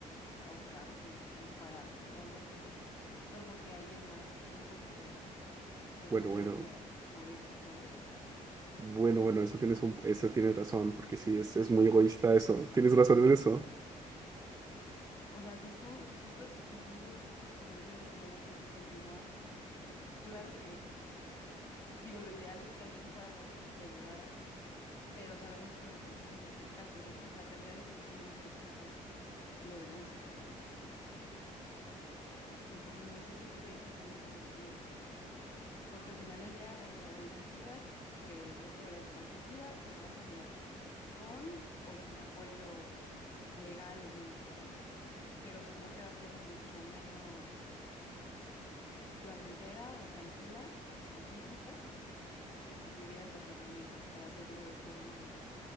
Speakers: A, on the left; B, on the right.
A: ahorcarte, o dispararte o algo así, solo porque alguien más piensa que, que
B: Bueno,
A: no
B: bueno.
A: deberías morirte, ¿sabes?
B: Bueno, bueno, eso tienes un, eso tienes razón, porque sí, es, es muy egoísta eso. Tienes razón en eso.
A: O sea, si tú, si tú estás decidido, si tú estás convencido de que ya no quieres continuar, claro Digo, lo ideal es que alguien fuera por ti y te ayudara, pero sabemos que muchas veces no es el caso. O sea, la cantidad de suicidios que existen lo demuestra, ¿no? Entonces, no sé tú qué pienses en ese sentido, porque al final del día, o o sea, o el suicida, que de verdad, de verdad está suicida, se va a suicidar, con o sin apoyo legal o médico, ¿no? Pero su muerte va a ser mucho menos placentera o tranquila o pacífica que si tuvieras las herramientas para hacerlo de forma,